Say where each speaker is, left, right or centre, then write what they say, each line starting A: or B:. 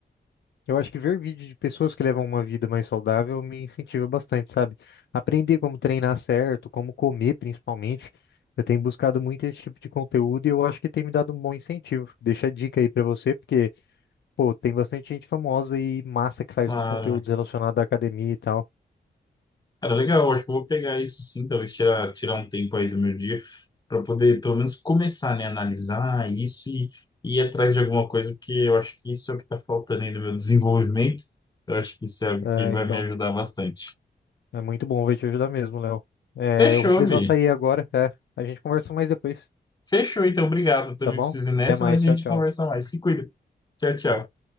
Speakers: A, on the left (about 75°); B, on the left (about 25°).
A: eu acho que ver vídeo de pessoas que levam uma vida mais saudável me incentiva bastante, sabe? Aprender como treinar certo, como comer principalmente. Eu tenho buscado muito esse tipo de conteúdo e eu acho que tem me dado um bom incentivo. Deixa a dica aí pra você, porque, pô, tem bastante gente famosa e massa que faz
B: claro.
A: uns conteúdos relacionados à academia e tal.
B: Cara, legal, eu acho que eu vou pegar isso sim, talvez tirar, tirar um tempo aí do meu dia para poder pelo menos começar, né, a analisar isso e, e ir atrás de alguma coisa, porque eu acho que isso é o que está faltando aí no meu desenvolvimento. Eu acho que isso é algo
A: É,
B: que vai
A: então,
B: me ajudar bastante.
A: é muito bom, vai te ajudar mesmo, Léo. É,
B: Fechou,
A: eu vou precisar
B: Vi.
A: sair agora, é. A gente conversa mais depois,
B: Fechou, então, obrigado. Também
A: tá bom?
B: preciso ir nessa,
A: Até mais,
B: mas
A: tchau,
B: a gente
A: tchau.
B: conversa mais. Se cuida. Tchau, tchau.